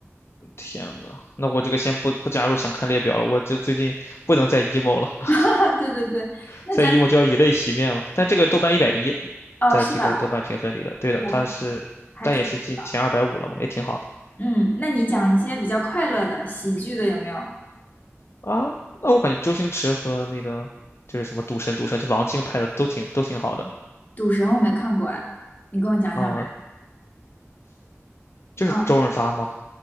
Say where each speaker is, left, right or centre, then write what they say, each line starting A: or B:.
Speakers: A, on the left; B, on the left.
A: 天呐，那我这个先不不加入想看列表了，我这最近不能再 emo 了，<laughs>
B: <laughs> 对对对，那讲讲
A: 再 emo 就要以泪洗面了。但这个豆瓣一百一，
B: 哦，
A: 在这个豆瓣评分里的，
B: 是吧？
A: 对的，
B: 也还
A: 它是，
B: 还可以吧。
A: 但也是进前二百五了嘛，也挺好的。
B: 嗯，那你讲一些比较快乐的喜剧的有没有？
A: 啊，那我感觉周星驰和那个就是什么赌神、赌圣，就王晶拍的都挺都挺好的
B: 赌神我没看过哎，你跟我讲讲呗。
A: 啊，就是周润发嘛。
B: 啊，